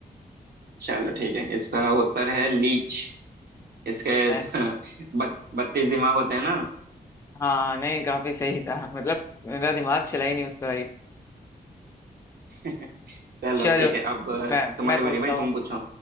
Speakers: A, on the right; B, on the left.
A: चलो ठीक है इसका उत्तर है लीच इसके
B: है-
A: <laughs> बत, बत्तीस दिमाग होते हैं ना
B: हाँ नहीं काफी सही था मतलब मेरा दिमाग चला ही नहीं उस तरह ही
A: <laughs> चलो
B: चलो
A: ठीक है अब
B: मैं
A: तुम्हारी
B: मैं पूछता
A: बारी भाई
B: हूँ
A: तुम पूछो